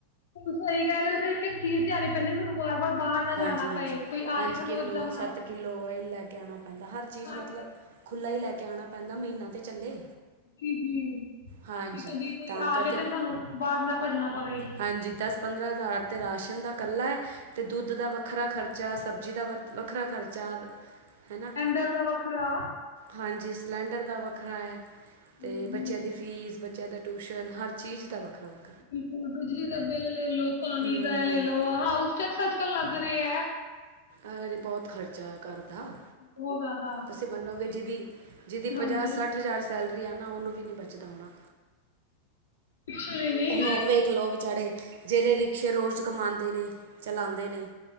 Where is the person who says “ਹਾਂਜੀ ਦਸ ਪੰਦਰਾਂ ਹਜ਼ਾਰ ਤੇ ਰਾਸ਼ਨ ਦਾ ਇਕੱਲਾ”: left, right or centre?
Right